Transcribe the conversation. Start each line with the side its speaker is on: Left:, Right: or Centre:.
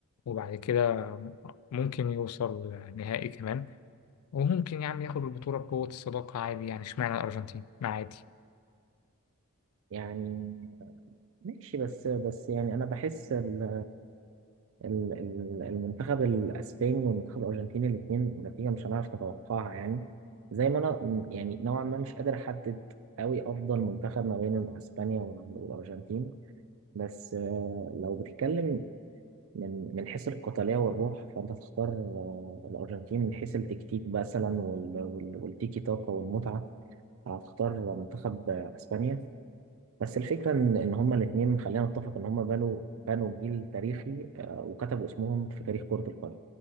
Left: وبعد كده ممكن يوصل نهائي كمان وممكن يا عم ياخد البطولة بقوة الصداقة عادي يعني اشمعنى الأرجنتين ما عادي
Right: يعني ماشي بس بس يعني انا بحس ال ال ال المنتخب الاسباني والمنتخب الارجنتيني الاثنين نتيجه مش هنعرف نتوقعها يعني زي ما انا م- يعني نوعا ما مش قادر احدد قوي افضل منتخب ما بين اسبانيا وال- والارجنتين بس آه، لو بتتكلم من من حيث القتالية والروح فأنت تختار آه، الأرجنتين من حيث التكتيك مثلا وال- وال- والتيكي تاكا والمتعة هتختار منتخب آه، إسبانيا بس الفكرة إن إن هما الاتنين خلينا نتفق إن هما بنوا بنوا جيل تاريخي آه، وكتبوا اسمهم في تاريخ كرة القدم